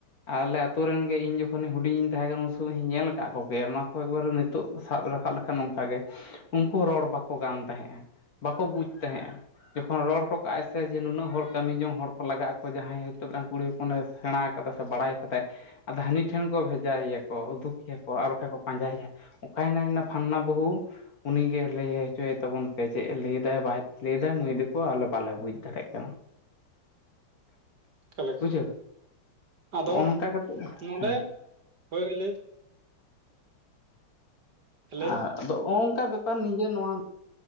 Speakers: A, on the left; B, on the right.
A: ᱟᱨ ᱟᱞᱮ ᱟᱛᱩ ᱨᱮᱱ ᱜᱮ ᱤᱧ ᱡᱚᱠᱷᱚᱱ ᱦᱩᱰᱤᱧ ᱤᱧ ᱛᱟᱦᱮᱸ ᱠᱟᱱᱟ ᱩᱱ ᱥᱚᱢᱚᱭ ᱤᱧ ᱧᱮᱞ ᱟᱠᱟᱫ ᱠᱚᱜᱮᱭᱟ ᱚᱱᱟ ᱠᱚ ᱮᱠᱵᱟᱨᱮ ᱱᱤᱛᱚᱜ ᱥᱟᱵ ᱨᱟᱠᱟᱵ ᱞᱮᱠᱷᱟᱱ ᱚᱱᱠᱟ ᱜᱮ, ᱩᱝᱠᱩ ᱨᱚᱲ ᱵᱟᱠᱚ ᱜᱟᱱ ᱛᱟᱦᱮᱸᱜᱼᱟ ᱾ ᱵᱟᱠᱚ ᱵᱩᱡᱽ ᱛᱟᱦᱮᱸᱜᱼᱟ᱾ ᱡᱚᱠᱷᱚᱱ ᱨᱚᱲ ᱦᱚᱴᱚ ᱠᱟᱜᱼᱟᱭ ᱥᱮ ᱡᱮ ᱱᱩᱱᱟᱹᱜ ᱦᱚᱲ ᱠᱟᱹᱢᱤ ᱡᱚᱝ ᱦᱚᱲ ᱠᱚ ᱞᱟᱜᱟᱜ ᱟᱠᱚ ᱡᱟᱦᱟᱸᱭ ᱦᱚᱭᱛᱚ ᱠᱩᱲᱤ ᱦᱚᱯᱚᱱᱮ ᱥᱮᱬᱟ ᱠᱟᱫᱟ ᱥᱮ ᱵᱟᱲᱟᱭ ᱠᱟᱫᱟᱭ ᱟᱫᱚ ᱦᱟᱹᱱᱤ ᱴᱷᱮᱱ ᱠᱚ ᱵᱷᱮᱡᱟ ᱮᱭᱟᱠᱚ ᱩᱫᱩᱜ ᱮᱭᱟᱠᱚ ᱟᱨ ᱵᱟᱠᱷᱟᱱ ᱠᱚ ᱯᱟᱸᱡᱟᱭᱮᱭᱟ᱾ ᱚᱠᱟᱭ ᱱᱟᱭ ᱱᱟ ᱯᱷᱟᱱᱱᱟ ᱵᱟᱹᱦᱩ? ᱩᱱᱤ ᱜᱮ ᱞᱟᱹᱭ ᱦᱚᱪᱚᱭᱮ ᱛᱟᱵᱚᱱ ᱯᱮ ᱪᱮᱫ ᱮ ᱞᱟᱹᱭᱮᱫᱟ ᱵᱟᱭ ᱞᱟᱹᱭᱮᱫᱟ ᱱᱩᱭ ᱫᱚᱠᱚ ᱟᱞᱮ ᱵᱟᱞᱮ ᱵᱩᱡᱽ ᱫᱟᱲᱮᱭᱟᱜ ᱠᱟᱱᱟ᱾
B: ᱚᱠᱟ ᱞᱮᱠᱟ
A: ᱵᱩᱡᱷᱟᱹᱣ
B: ᱟᱫᱚ
A: ᱱᱚᱜᱼᱚ ᱱᱚᱝᱠᱟ ᱠᱟᱛᱮᱜ
B: ᱱᱚᱰᱮ
A: ᱦᱮᱸ
B: ᱦᱳᱭ ᱞᱟᱹᱭ ᱞᱟᱹᱭ
A: ᱟᱨ
B: ᱢᱮ
A: ᱟᱫᱚ ᱚᱝᱠᱟ ᱵᱮᱯᱟᱨ ᱱᱤᱡᱮ ᱱᱚᱣᱟ